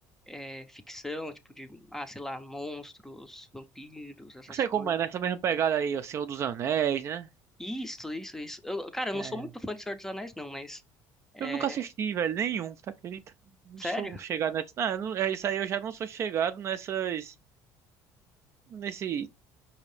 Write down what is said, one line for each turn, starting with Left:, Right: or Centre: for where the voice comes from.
Centre: é, ficção, tipo de, ah, sei lá, monstros, vampiros, essas
Right: Não sei
Centre: coisas.
Right: como é, nessa mesma pegada aí, O Senhor dos Anéis, né?
Centre: Isso, isso, isso. Eu- cara, eu não
Right: É.
Centre: sou muito fã de Senhor dos Anéis, não, mas é,
Right: Eu nunca assisti, velho, nenhum, tá acredita? Não
Centre: sério?
Right: sou chegado nessa. Não, eu não- é isso aí eu já não sou chegado nessas. Nesse,